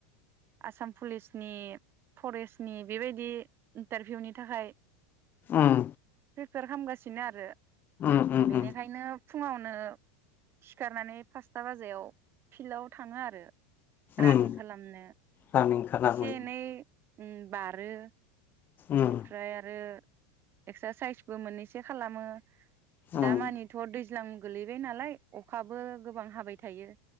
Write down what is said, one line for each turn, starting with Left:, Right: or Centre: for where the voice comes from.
Right: आसाम पुलिसनि फरेस्टनि बेबायदि इन्टारभिउनि थाखाय
Left: उम
Right: प्रिफयार खामगासिनो आरो
Left: उम उम
Right: बेनिखायनो फुङावनो सिखारनानै पासथा बाजायाव फिल्डाव थाङो आरो रान
Left: उम
Right: खालामनो
Left: रानिं खालामै
Right: एसे एनै उम बारो बेनिफ्राय
Left: उम
Right: आरो एक्सारसाइसबो मोननैसो से खालामो
Left: उम
Right: दा मानिथ' दैज्लां गोलैबाय नालाय। अखाबो गोबां हाबाय थायो।